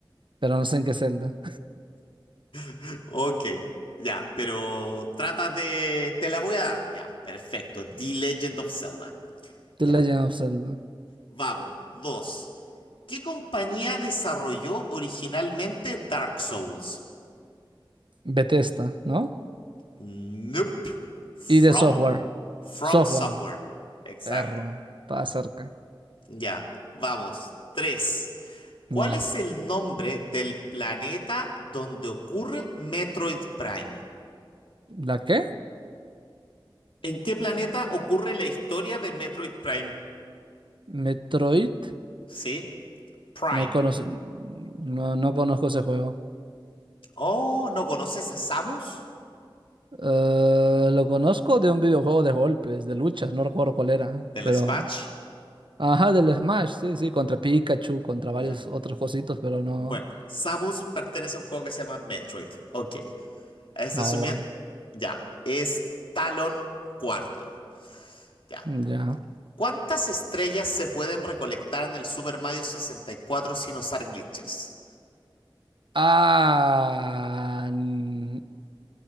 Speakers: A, on the right; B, on the left.
A: pero no sé en qué Zelda.
B: <laughs> Ok, ya, pero trata de... Te la voy a dar. Ya, perfecto. The Legend of Zelda.
A: The
B: Ya.
A: Legend of Zelda.
B: Vamos, dos. ¿Qué compañía desarrolló originalmente Dark Souls?
A: Bethesda, ¿no?
B: Nope. From,
A: Y de software.
B: From
A: Software,
B: Software. Exacto.
A: perro, estaba cerca.
B: Ya, vamos. Tres. ¿Cuál
A: Ya.
B: es el nombre del planeta donde ocurre Metroid Prime?
A: ¿La qué?
B: ¿En qué planeta ocurre la historia de Metroid Prime?
A: Metroid.
B: Sí, Prime.
A: No he conoc- No, no conozco ese juego.
B: Oh, ¿no conoces a Samus?
A: Eh, lo conozco de un videojuego de golpes, de luchas, no recuerdo cuál era,
B: Del
A: pero...
B: Smash.
A: Ajá, del Smash, sí, sí, contra Pikachu, contra
B: Ya.
A: varios otros cositos, pero no...
B: Bueno, Samus pertenece a un juego que se llama Metroid. Ok. Es
A: No,
B: resumir,
A: vaya.
B: ya, es Talon cuarto. Ya.
A: Ya.
B: ¿Cuántas estrellas se pueden recolectar en el Super Mario sesenta y cuatro sin usar glitches?
A: Ah, n-